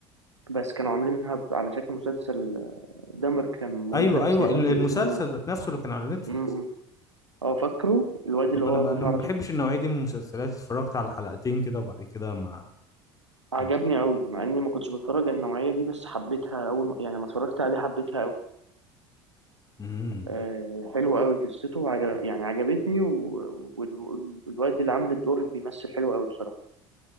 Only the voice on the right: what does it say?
بس كانوا عاملينها ب- على شكل مسلسل آه، دمر كان مريض
نفسي
يعني
وبيقتل ناس
م- م. اه فاكره الواد
اللي هو
ابو
شعر
اصفر
عجبني
قوي مع اني ما كنتش بتفرج على النوعيه دي بس حبيتها اول ما يعني لما اتفرجت عليه حبيتها قوي
آه حلوه قوي قصته وعجب يعني عجبتني و- وال- والواد اللي عامل الدور بيمثل حلو قوي بصراحه